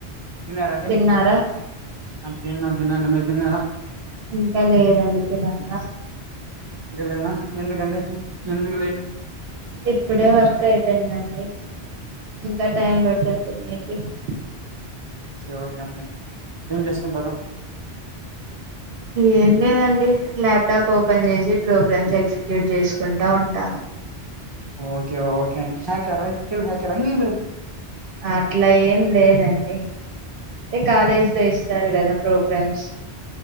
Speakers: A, on the right (about 35°); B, on the right (about 65°).
A: తిన్నారండి
B: తిన్నారా
A: ఆ తిన్న తిన్నాను మీరు తిన్నారా
B: ఇంకా లేదండి తినలి
A: <unintelligible> ఎందుకండి ఎందుకు లేట్
B: ఇప్పుడే వర్క్ అయిపోయిందండి ఇంకా టైమ్ పడుతది <unintelligible>
A: <unintelligible> ఏం చేస్తుంటరు
B: ఏం లేదండి ల్యాప్టాప్ ఓపెన్ చేసి ప్రోగ్రామ్స్ ఎగ్జిక్యూట్ చేసుకుంటా ఉంటా
A: ఓకే ఓకే అండి హ్యాకర్ అ ఎథికల్ హ్యాకర్ ఆ అండి మీరు
B: అట్లా ఏం లేదండి అంటే కాలేజీ లో ఇస్తారు కదా ప్రోగ్రామ్స్